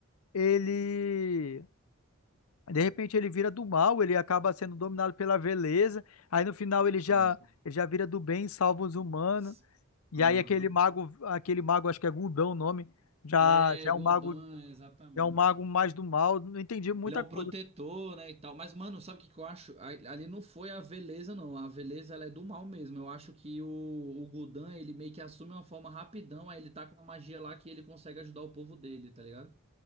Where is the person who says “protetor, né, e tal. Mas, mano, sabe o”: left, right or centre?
Right